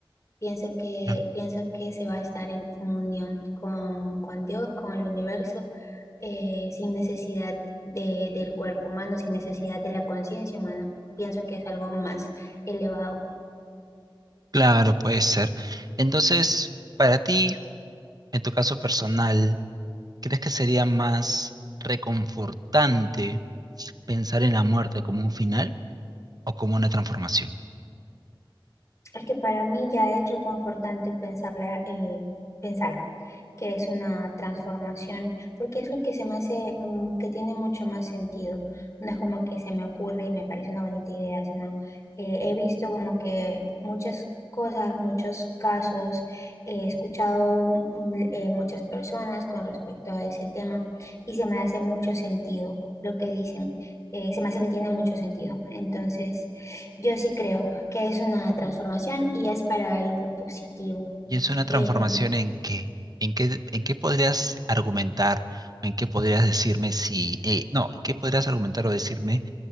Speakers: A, on the left; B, on the right.
A: Pienso que,
B: Bien.
A: pienso que se va a estar en comunión con, con Dios, con el universo eh, sin necesidad de, del cuerpo humano, sin necesidad de la conciencia humana. Pienso que es algo más elevado
B: Claro, puede ser. Entonces, para ti, en tu caso personal, ¿crees que sería más reconfortante pensar en la muerte como un final o como una transformación?
A: Es que para mí ya es reconfortante pensarla, eh, pensar que es una transformación, porque es lo que se me hace mm, que tiene mucho más sentido. No es como que se me ocurre y me parece una bonita idea, sino eh, he visto como que muchas cosas, muchos casos, he escuchado mm, mm, eh, muchas personas con respecto a ese tema y se me hace mucho sentido lo que dicen. Eh, se me hace que tiene mucho sentido. Entonces... Yo sí creo que es una transformación y es para algo positivo.
B: ¿Y es una transformación
A: Em,
B: en qué? ¿En qué, en qué podrías argumentar? ¿En qué podrías decirme si... eh, no, ¿en qué podrías argumentar o decirme